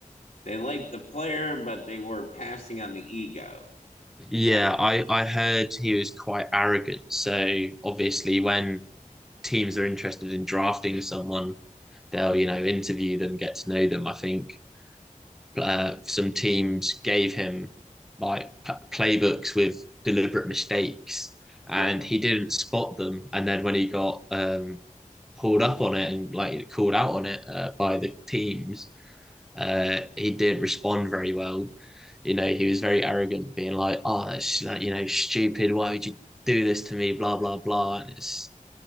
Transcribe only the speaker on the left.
they liked the player, but they were passing on the ego.
Exactly.
Yeah.